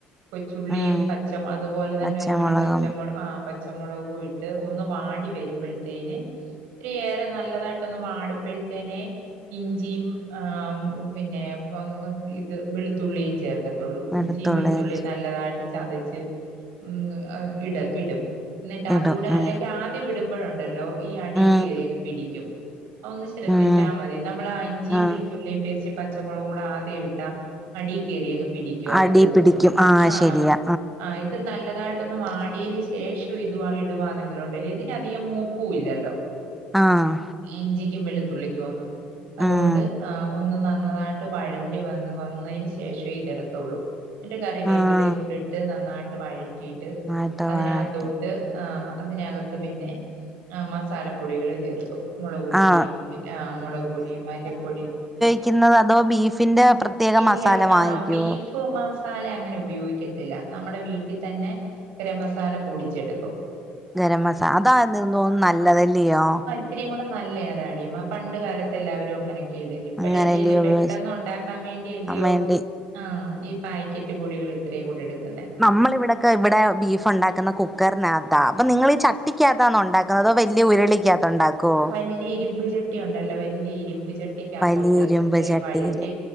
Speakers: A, on the right (about 75°); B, in the centre.
A: കൊച്ചുള്ളിയും
B: ഉം
A: പച്ച അതുപോലെ തന്നെ
B: പച്ചമുളകും
A: ഒരുപിടി പച്ചമുള ആഹ് പച്ച ച്ചമൊളകും ഇട്ട് ഒന്ന് വാടി വരുമ്പഴുത്തേന് ഇത്തിരി ഏറെ നല്ലതായിട്ടൊന്ന് വാടുമ്പഴുത്തേനെ ഇഞ്ചിയും ആഹ് പിന്നെ ഇപ്പൊ ഇത് വെളുത്തുള്ളിയും ചേർക്ക
B: വെളുത്തുള്ളി
A: ഇഞ്ചിയും വെളുത്തുള്ളിയും
B: ഇഞ്ചി
A: നല്ലതായിട്ട് ചതച്ച് ഉം ഇട ഇടും. എന്നിട്ടതൂടെ
B: ഇടും
A: അല്ലെങ്കി
B: ഉം
A: ആദ്യം ഇടുമ്പഴുണ്ടല്ലോ ഈ അടീ
B: ഉം
A: കേറിയങ്ങ് പിടിക്കും ഒന്ന് ശ്രദ്ധിച്ചാ
B: ഉം
A: മതി, നമ്മളാ ഇഞ്ചിം
B: ആഹ്
A: വെളുത്തുള്ളിയും പേസ്റ്റ് പച്ചമുളകും കൂടെ ആദ്യം ഇട്ടാ അടീ കേറിയങ്ങ് പിടി യിട്ട്
B: അടി
A: തോന്നും
B: പിടിക്കും
A: ആഹ്
B: ശരിയാ
A: ആഹ്........ ഇത് നല്ലതായിട്ടൊന്ന് വാടിയതിന് ശേഷം ഇത് ഇടുവാണെങ്കി ഉണ്ടല്ലോ ഇതിനധികം മൂപ്പും ഇല്ലല്ലോ........... <inaudible>
B: ആഹ്..........
A: ഇഞ്ചിക്കും വെളുത്തുള്ളിക്കും ഒന്നും അതുകൊണ്ട്
B: ഉം
A: ആഹ് ഒന്ന് ആഹ്........... നന്നായിട്ട് വഴറ്റി വന്ന് വന്നതിന് ശേഷേ ഇതെടുത്തുള്ളു........ എന്നിട്ട് കറിവേപ്പിലയും
B: ആഹ്
A: കൂടി ഇട്ട് നന്നായിട്ട് വഴറ്റിയിട്ട്
B: ആട്ട്
A: അതിനകത്തോട്ട്...........
B: വാട്ടി
A: ആഹ് അതിനകത്ത് പിന്നെ ആഹ് മസാലപ്പൊടികൾ ചേർക്കും......... മുളക് പൊടിയും
B: ആഹ്
A: ആഹ് മുളക് പൊടിയും മല്ലിപ്പൊടി.......
B: വെക്കുന്നത് അതോ ബീഫിന്റെ പ്രത്യേക
A: ഇല്ല
B: മസാല വാങ്ങിക്കോ.........
A: ആ ബീഫ് മസാല അങ്ങനെ ഉപയോഗിക്കത്തില്ല നമ്മുടെ വീട്ടിൽ തന്നെ............... ഗരമസാല പൊടിച്ചെടുക്കും........
B: ഗരം മസാല അതാന്ന് തോന്നുന്നു നല്ലതല്ലയോ..........
A: ഇത്തിരിയും കൂടെ നല്ല അതാടി പണ്ട് കാലത്തെ എല്ലാവരും അങ്ങനൊക്കെല്ല ഇപ്പഴല്ലേ........
B: അങ്ങനെയല്ലയോ
A: പെട്ടെന്ന്
B: ഉപയോഗിക്കാൻ
A: ഉണ്ടാക്കാൻ വേണ്ടി അല്ലയോ
B: വേണ്ടി
A: ആഹ് ഈ പായ്കറ്റ്.........., കറ്റ്പൊടികൾ ഇത്രയും കൂടെ എടുക്കുന്നെ..........
B: നമ്മള് ഇവിടൊക്കെ ഇവിടെ ബീഫ് ഉണ്ടാക്കുന്ന കുക്കറിനകത്താ അപ്പൊ നിങ്ങൾ ഈ ചട്ടിക്കകത്താന്നോ ഉണ്ടാ........... അതോ വലിയ ഉരുളിക്കാത്ത് ഉണ്ടാക്കുമോ...........
A: വല്യ ഇരുമ്പ് ചട്ടി ഉണ്ടല്ലോ വല്യ ഇരുമ്പ് ചട്ടി....... ക്കാത്തോട്ട്
B: വലിയ ഇരുമ്പ്
A: ഇത് ഇത്രയും
B: ചട്ടിയില്
A: വഴറ്റി